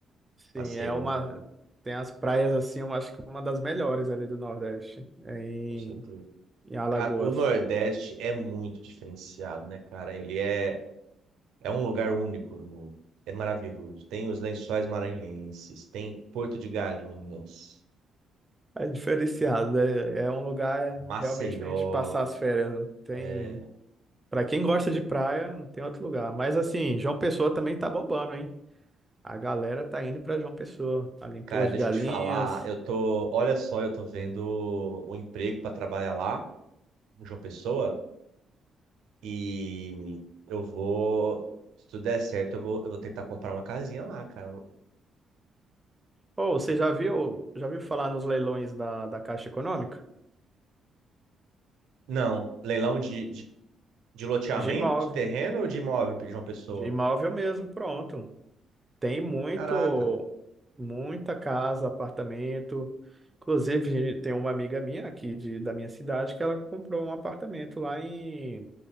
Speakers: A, on the right; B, on the right.
A: Sim,
B: Maceió,
A: é uma.
B: Alagoas,
A: Tem as praias assim, eu acho que uma das melhores ali do Nordeste, em,
B: com certeza.
A: em Alagoas.
B: Cara, o Nordeste é muito diferenciado, né, cara? Ele é, é um lugar único no mundo. É maravilhoso. Tem os Lençóis Maranhenses, tem Porto de Galinhas,
A: É diferenciado, é, é um lugar é,
B: Maceió.
A: realmente pra gente passar as férias. Não tem.
B: é.
A: Pra quem gosta de praia, não tem outro lugar. Mas assim, João Pessoa também tá bombando, hein? A galera tá indo pra João Pessoa, ali em Porto
B: Cara, deixa
A: de Galinhas.
B: eu te falar, eu tô, olha só, eu tô vendo um emprego para trabalhar lá, em João Pessoa. E eu vou, se tudo der certo, eu vou, eu vou tentar comprar uma casinha lá, cara.
A: Ou você
B: Porque-
A: já viu, já viu falar nos leilões da, da Caixa Econômica?
B: Não, leilão de, de, de loteamento,
A: De imóvel.
B: de terreno ou de imóvel de uma pessoa?
A: De imóvel mesmo, pronto. Tem muito,
B: Caraca.
A: muita casa, apartamento. Inclusive, tem uma amiga minha aqui de, da minha cidade que ela comprou um apartamento lá em,